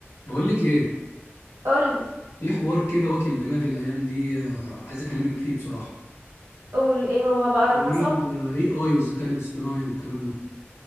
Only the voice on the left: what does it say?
بقول لك ايه
في حوار كده واكل دماغي الايام دي آه، عايز اكلمك فيه بصراحه
حوار
الاي اي والذكاء الاصطناعي والكلام ده